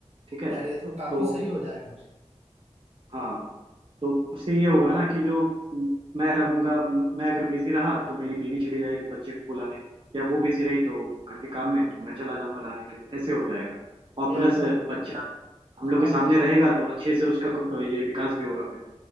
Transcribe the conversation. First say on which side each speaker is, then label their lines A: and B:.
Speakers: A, on the right (about 45°); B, on the right (about 70°).
A: ठीक है
B: यार ये तो काफी
A: तो
B: सही हो जाएगा
A: हाँ तो उससे ये होगा ना कि जो म, मैं रहूंगा म- मैं अगर बिजी रहा तो मेरी बीवी चली जाएगी बच्चे को लाने या वो बिजी रही तो घर के काम में तो मैं चला जाऊंगा लाने के लिए ऐसे हो जाएगा और
B: यार
A: प्लस
B: तो
A: बच्चा हम लोग
B: और
A: के सामने रहेगा तो अच्छे से उसका कु- ये विकास भी होगा फिर